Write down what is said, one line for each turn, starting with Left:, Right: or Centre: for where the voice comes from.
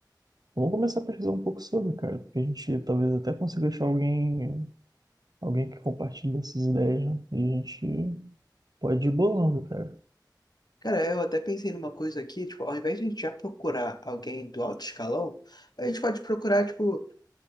Right: vamos começar a pesquisar um pouco sobre, cara, porque a gente talvez até consiga achar alguém, alguém que compartilhe essas ideias, né? E a gente pode ir bolando, cara.
Left: Cara, eu até pensei numa coisa aqui, tipo, ao invés de a gente já procurar alguém do alto escalão, a gente pode procurar, tipo,